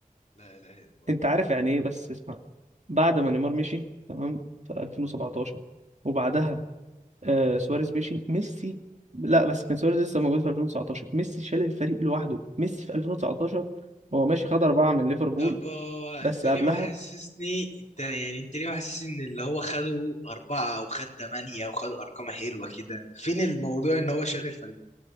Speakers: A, on the left; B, on the right.
A: لا اله الا الله
B: انت عارف يعني ايه بس اسمع بعد ما نيمار مشي تمام في 2017 وبعدها آه سواريز مشي ميسي لا بس كان سواريز لسه موجود في 2019 ميسي شال الفريق لوحده ميسي في 2019 هو ماشي خد أربعة من ليفربول
A: طب هو انت
B: بس
A: ليه
B: قبلها
A: ما حسسني انت يعني انت ليه ما حسسني ان اللي هو خده أربعة او خد تمانية او خد ارقام حلوة كده فين الموضوع ان هو شال الفريق